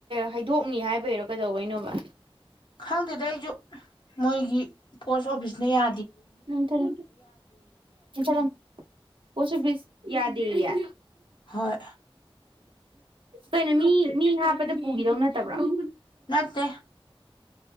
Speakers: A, on the right; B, on the left.
A: ꯍꯩꯗꯣꯛꯅꯤ ꯍꯥꯏꯕꯩꯔ ꯀꯗꯧꯕꯩꯅꯣꯕ
B: ꯈꯪꯗꯦꯗ ꯑꯩꯖꯨ ꯃꯣꯏꯒꯤ ꯄꯣꯁ ꯑꯣꯐꯤꯁꯅ ꯌꯥ
A: ꯅꯨꯡꯊꯤꯜ ꯀꯦꯟꯊꯂꯝ ꯄꯣꯁ ꯑꯣꯐꯤꯁ ꯌꯥꯗꯦ ꯌꯦ
B: ꯍꯣꯏ
A: ꯀꯩꯅꯣ ꯃꯤ ꯃꯤ ꯍꯥꯞꯄꯗ ꯄꯨꯒꯤꯗꯧ ꯅꯠꯇꯕ꯭ꯔꯣ ꯎꯝ
B: ꯅꯠꯇꯦ